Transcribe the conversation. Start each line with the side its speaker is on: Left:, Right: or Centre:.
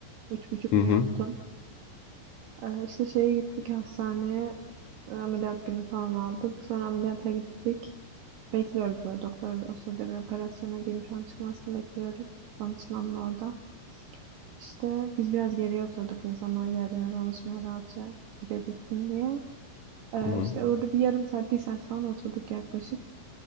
Right: Üç buçuk
Left: Hı
Right: mu
Left: hı.
Right: yaptım? E, işte şeye gittik hastaneye. e, Ameliyat günü falan aldık. Sonra ameliyata gittik. Bekliyoruz böyle doktor o sırada bir operasyona girmiş an çıkmasını bekliyoruz. Danışmanla orada. İşte biz biraz geriye oturduk insanlar geldiğinde danışmaya rahatça girebilsin diye. E,
Left: Hı hı.
Right: işte orada bir yarım saat bir saat falan oturduk yaklaşık.